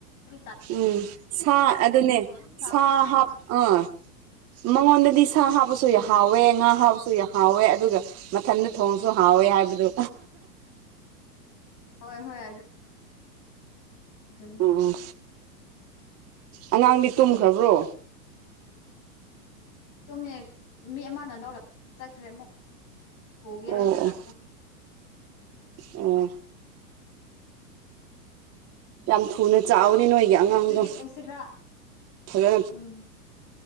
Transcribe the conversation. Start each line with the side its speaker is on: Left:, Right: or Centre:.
Left: <unintelligible>
Right: ꯎꯝ ꯁꯥ ꯑꯗꯨꯅꯦ
Left: ꯑꯗꯨꯝ ꯆꯥꯕ
Right: ꯁꯥ
Left: ꯌꯥꯏꯕ
Right: ꯍꯥꯞ ꯑꯥ ꯃꯉꯣꯟꯗꯗꯤ ꯁꯥ ꯍꯥꯞꯄꯁꯨ
Left: ꯎꯝ
Right: ꯌꯥꯝ ꯍꯥꯎꯋꯦ ꯉꯥ ꯨ ꯍꯥꯎꯋꯦ ꯑꯗꯨꯒ ꯃꯊꯟꯗ ꯊꯣꯡꯁꯨ ꯍꯥꯎꯋꯦ ꯍꯥꯏꯕꯗꯨ
Left: ꯍꯣꯏ ꯍꯣꯏ ꯑꯗꯨ ꯑꯗꯨꯅꯤ
Right: ꯎꯝ ꯑꯉꯥꯡꯗꯤ ꯇꯨꯝꯈ꯭ꯔꯕ꯭ꯔꯣ
Left: ꯇꯣꯃꯦ ꯃꯤ ꯑꯃꯅ ꯂꯧꯔ ꯆꯠꯈ꯭ꯔꯦ ꯑꯃꯨꯛ ꯍꯒꯦ
Right: ꯑꯣ
Left: ꯍꯥꯏ ꯅ ꯂ
Right: ꯑꯣ ꯑꯣ ꯌꯥꯝ ꯊꯨꯅ ꯆꯥꯎꯥꯛꯋꯅꯤ ꯅꯣꯏꯒꯤ ꯑꯉꯥꯡꯗꯣ
Left: ꯍꯧꯖꯤꯛꯇꯤ ꯅꯨꯡꯁꯤꯠ ꯈꯔ
Right: ꯐꯖ
Left: ꯎꯝ